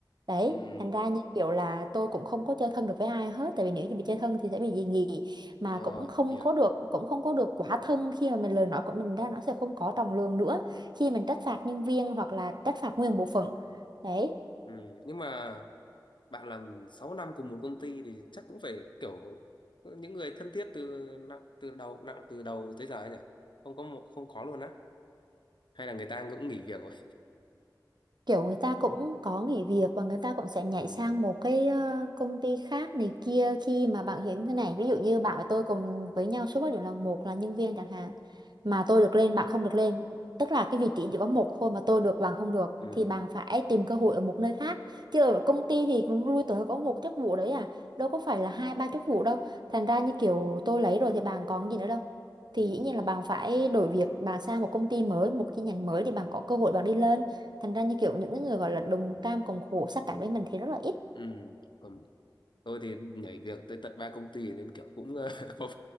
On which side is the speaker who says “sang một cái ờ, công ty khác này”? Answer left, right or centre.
Right